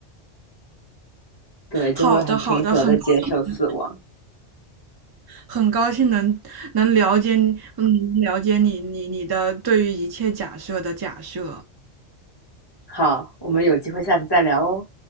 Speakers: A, on the left (about 25°); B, on the right (about 30°).
A: 对，就会很平和的接受死亡。
B: 好的，好的，很高兴，很高兴能能了解你嗯，了解你，你你的对于一切假设的假设。
A: 好，我们有机会下次再聊哦。